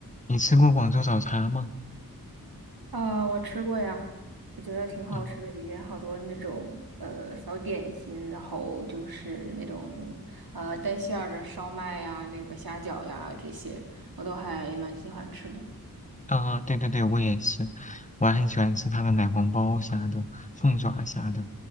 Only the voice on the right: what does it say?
啊、我吃过呀，我觉得挺好吃的，
里边好多那种呃小点心，然后就是那种呃带馅儿的烧麦呀、那个虾饺呀这些，我都还蛮喜欢吃的。